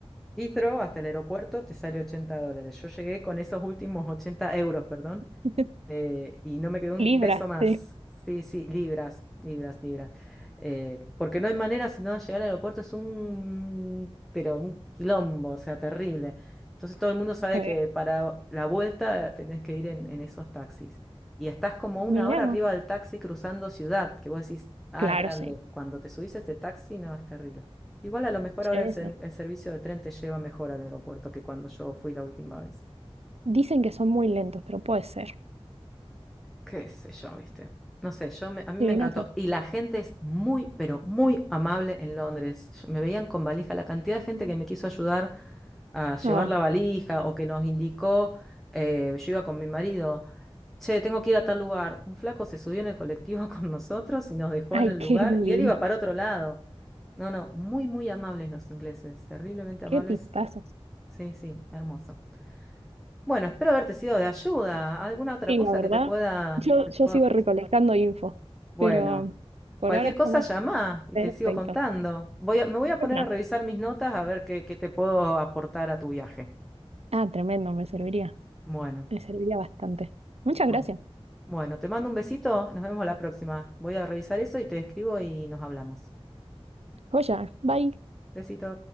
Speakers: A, in the centre; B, on the right.
A: Heathrow, hasta el aeropuerto, te sale 80 dólares. Yo llegué con esos últimos 80 euros, perdón,
B: <laughs>
A: eh, y no me quedó un
B: Libra,
A: peso más.
B: sí.
A: Sí, sí, libras, libras, libras. Eh, porque no hay manera sino de llegar al aeropuerto, es un, pero un quilombo, o sea, terrible. Entonces todo el mundo sabe
B: Eh,
A: que para la vuelta tenés que ir en, en esos taxis. Y estás como una
B: Mira
A: hora
B: vos.
A: arriba del taxi cruzando ciudad, que vos decís, ah,
B: Claro,
A: es grande.
B: sí.
A: Cuando te subís a este taxi, no, es terrible. Igual a lo mejor
B: Sí,
A: ahora el, ser-
B: sí.
A: el servicio de tren te lleva mejor al aeropuerto que cuando yo fui la última vez.
B: Dicen que son muy lentos, pero puede ser.
A: qué sé yo, ¿viste? No sé, yo me- a mí
B: Sí,
A: me encantó.
B: no sé.
A: Y la gente es muy, pero muy amable en Londres. Yo- me veían con valija, la cantidad de gente que me quiso ayudar a llevar
B: No.
A: la valija o que nos indicó, eh, yo iba con mi marido, che, tengo que ir a tal lugar. Un flaco se subió en el colectivo <laughs> con nosotros y nos dejó
B: Ay,
A: en el
B: <laughs> qué
A: lugar
B: divino.
A: y él iba para otro lado. No, no, muy, muy amables los ingleses, terriblemente
B: Qué
A: amables.
B: tipazos.
A: Sí, sí, hermoso. Bueno, espero haberte sido de ayuda. ¿Alguna otra
B: Sí,
A: cosa
B: la verdad.
A: que te pueda,
B: Yo,
A: te
B: yo
A: pueda...
B: sigo recolectando info,
A: Bueno,
B: pero por
A: cualquier
B: ahora estamos
A: cosa llama y
B: Perfecto.
A: te sigo contando. Voy a- me voy a
B: Pues
A: poner
B: no.
A: a revisar mis notas a ver qué, qué te puedo aportar a tu viaje.
B: Ah, tremendo, me serviría.
A: Bueno,
B: Me serviría bastante. Muchas
A: bueno,
B: gracias.
A: bueno, te mando un besito, nos vemos la próxima. Voy a revisar eso y te escribo y nos hablamos.
B: Joya, bye.
A: Besito.